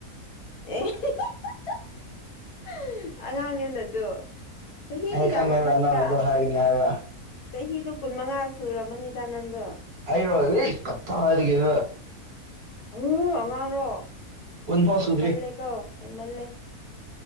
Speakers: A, on the left (about 70°); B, on the right (about 85°).
A: ꯑꯦ <unintelligible> ꯑꯉꯥꯡꯅꯦꯅꯗꯨ ꯆꯍꯤꯗꯤ
B: ꯑꯩ
A: ꯌꯥꯃꯝꯃꯅꯤꯗꯥ
B: ꯈꯪꯉꯦꯕ ꯅꯪ ꯑꯗꯣ ꯍꯥꯏꯒꯅꯤ ꯍꯥꯏꯕ
A: ꯆꯍꯤꯗꯣ ꯀꯨꯟ ꯃꯉꯥ ꯁꯨꯔꯝꯃꯅꯤꯗ ꯅꯪꯗꯣ
B: ꯑꯩꯔꯣ ꯏꯁ ꯀꯠꯗꯤꯗꯒꯤꯅ‌ꯣ ꯗꯥ
A: ꯑ‌ꯣ ꯑꯉꯥꯡꯔꯣ
B: ꯀꯨꯟꯐꯥꯎ
A: ꯍꯦꯟꯃꯜꯂꯦ
B: ꯁꯨꯗ꯭ꯔꯤ
A: ꯀꯣ ꯍꯦꯟꯃꯜꯂꯦ